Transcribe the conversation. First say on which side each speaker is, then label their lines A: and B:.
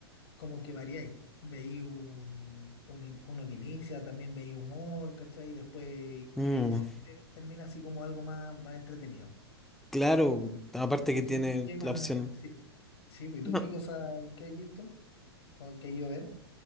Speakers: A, on the left; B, in the centre.
A: como que variáis. Veí un, un in- uno que inicia, también veí humor, ¿cachai? Después, y
B: Mm,
A: veí siempre, termina así como algo más, más entretenido.
B: claro, aparte
A: ¿Y, y
B: que
A: tú
B: tiene
A: qué más?
B: la opción.
A: Sí, sí, pues, ¿y tú
B: No,
A: qué cosa que has visto? ¿O que yo ven?